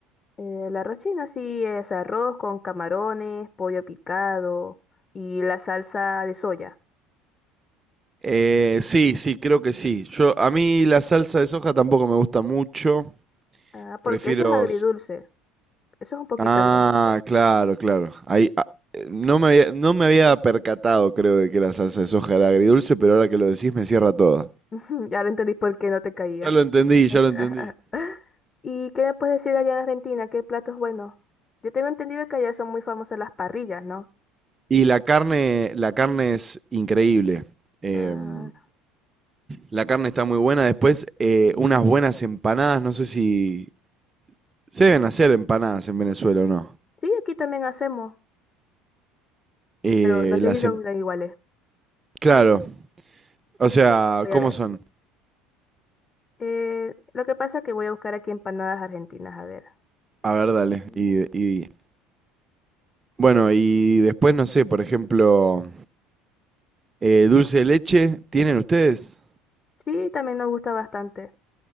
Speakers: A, on the left; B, on the right.
A: Eh, el arroz chino sí es arroz con camarones, pollo picado y la salsa de soya.
B: Eh, sí, sí, creo que sí. Yo, a mí la salsa de soja tampoco me gusta mucho.
A: Ah,
B: Prefiero
A: porque eso es agridulce. Eso es un poquito
B: Ah,
A: agridulce.
B: claro, claro. Ahí, ah, eh, no me había, no me había percatado, creo, de que la salsa de soja era agridulce, pero ahora que lo decís me cierra toda.
A: <laughs> Ya lo entendí por qué no te caía.
B: Ya lo entendí,
A: <laughs>
B: ya lo entendí.
A: ¿Y qué me puedes decir allá en Argentina? ¿Qué platos buenos? Yo tengo entendido que allá son muy famosas las parrillas, ¿no?
B: Y la carne, la carne es increíble. Em,
A: Ah,
B: la carne está muy buena. Después, eh, unas buenas empanadas. No sé si se deben hacer empanadas en Venezuela o no.
A: sí, aquí también hacemos,
B: Eh,
A: pero no sé
B: las
A: si son
B: em-
A: tan iguales.
B: claro, o sea,
A: Voy
B: ¿cómo
A: a ver.
B: son?
A: Eh, lo que pasa es que voy a buscar aquí empanadas argentinas, a ver.
B: A ver, dale.
A: Empanadas.
B: Y, y- bueno, y después, no sé, por ejemplo, Eh, dulce de leche, ¿tienen ustedes?
A: Sí, también nos gusta bastante,